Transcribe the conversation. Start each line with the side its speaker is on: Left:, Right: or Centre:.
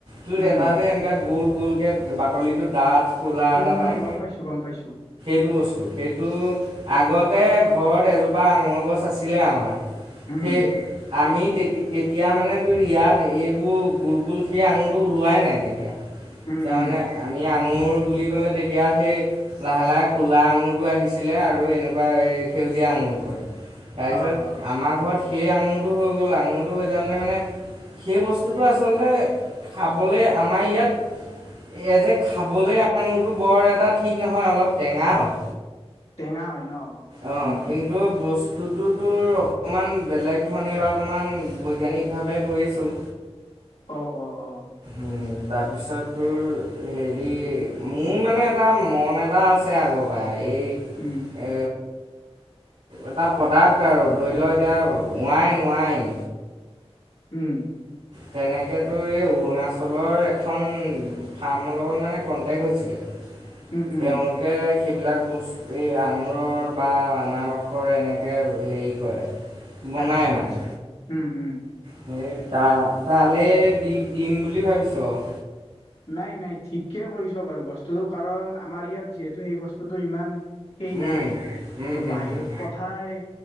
Right: তোৰ
Left: উম
Right: এটা যে এনেকা গ'ল গ'লকে বাকলিটো ডাঠ ক'লা
Left: উম,
Right: এটা পায়
Left: উম গম পাইছো গম পাইছোঁ।
Right: সেইটো বস্তু সেইটো আগতে ঘৰত এজোপা আঙুৰ গছ আছিলে আমাৰ।
Left: উম
Right: সেই আমি তেতি তেতিয়া মানেতো ইয়াত এইবোৰ গোল গোল খীৰ আঙুৰটো ওলোৱাই নাই তেতিয়া
Left: উম
Right: ততিয়া
Left: উম
Right: মানে আমি আঙুৰ বুলি ক'লে তেতিয়া সেই লাহে লাহে ক'লা আঙুৰটো আহিছিলে আৰু এনেকুৱা এই সেউজীয়া আঙুৰটো আৰু তাৰপিছত
Left: অ অ
Right: আমাৰ ঘৰত সেই আঙুৰটো হৈ গ'ল আঙুৰটো হৈ যাওঁতে মানে সেই বস্তুটো আচলতে খাবলৈ আমাৰ ইয়াত এই যে খাবলে আঙুৰটো বৰ এটা ঠিক নহয় অলপ টেঙা হয়
Left: টেঙা হয় ন।
Right: অ',
Left: উম
Right: কিন্তু বস্তুটো তোৰ অ',। অকণমান বেলেগ ধৰণে বা অকণমান বৈজ্ঞানিকভাৱে কৰিছোঁ।
Left: অ', অ'', অ',।
Right: উম তাৰপিছত তোৰ হেৰি মোৰ মানে এটা মন এটা আছে আগৰ পৰাই এই
Left: উম
Right: এ, এটা প্ৰডাক্ট আৰু ধৰি লওক এতিয়া হোৱাইন ওৱাইন।
Left: উম।
Right: তেনেকেতো এই অৰুণাচলৰ এখন ফাৰ্মৰ লগত মানে কণ্টেক্ট হৈছিলে।
Left: উম উম
Right: তেওঁলোকে সেইবিলাক বস্তু এই আঙুৰৰ বা আনাৰসৰ এনেকৈ হেৰি কৰে। বনাই
Left: আচ্ছা,
Right: মানে
Left: আচ্ছা উম, উম।
Right: সেই তা তালৈ দি দিম বুলি ভাবিছোঁ আৰু।
Left: নাই, নাই ঠিকেই কৰিছ বাৰু বস্তুটো কাৰণ আমাৰ ইয়াত যিহেতু সেই বস্তুটো ইমান সেই নাই
Right: উম
Left: ত'
Right: উম হুম
Left: বাহিৰত
Right: হুম
Left: পঠাই